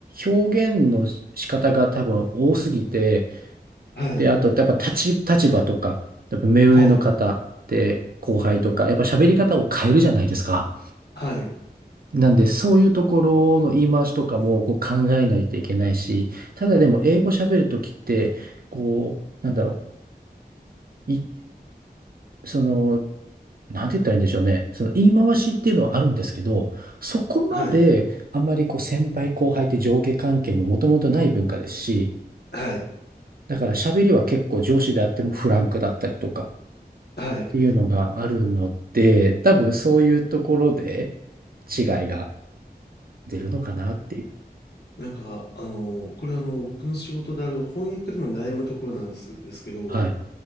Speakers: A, on the right (about 60°); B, on the left (about 75°).
A: 表現の仕方が多分多すぎて、
B: はい、
A: で、あとやっぱ立ち、立場とか、やっぱ目上の方で後輩とか、
B: はい、
A: やっぱ喋り方を変えるじゃないですか。
B: はい、
A: なんで、そういうところの言い回しとかもこう考えないといけないし、ただでも英語喋るときって、こう、なんだろう、いそのなんて言ったらいいんでしょうね。その言い回しっていうのはあるんですけど、そこまであんまりこう先輩後輩って上下関係ももともとない文化ですし、
B: はい、はい、
A: だから喋りは結構上司であってもフランクだったりとかっ
B: はい、
A: ていうのがあるので、多分そういうところで違いが出るのかなっていう。
B: なんか、あの、これあの、僕の仕事である翻訳でも悩むところなんです、ですけど、
A: はい。